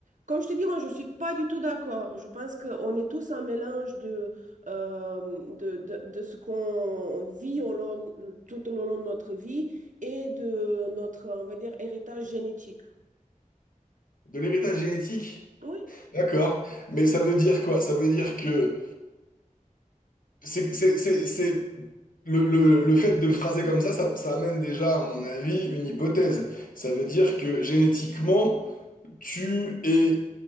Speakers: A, on the right (about 65°); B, on the left (about 85°).
A: Comme je te dis, moi, je ne suis pas du tout d'accord. Je pense qu'on est tous un mélange de, euh, de, de, de ce qu'on vit au long- tout au long de notre vie et de notre, on va dire, héritage génétique.
B: De l'héritage génétique?
A: Oui,
B: D'accord. Mais ça veut dire quoi? Ça veut dire que c'est, c'est, c'est, c'est- Le, le- le fait de le phraser comme ça, ça, ça amène déjà, à mon avis, une hypothèse. Ça veut dire que génétiquement, tu es